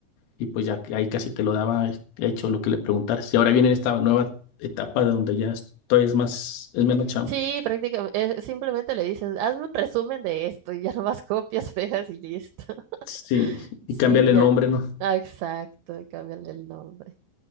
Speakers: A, on the left; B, on the right.
A: y pues ya que ahí casi te lo daba hecho lo que le preguntaras. Y ahora viene esta nueva etapa de donde ya es- es más, es menos chamba.
B: sí, prácticamente, eh, simplemente le dicen, hazme un resumen de esto y ya <laughs> nomás copias, pegas y listo.
A: Sí,
B: <laughs>
A: y
B: Sí,
A: cambiarle
B: ya.
A: el nombre,
B: n-
A: ¿no?
B: Ah, exacto, y cámbiale el nombre.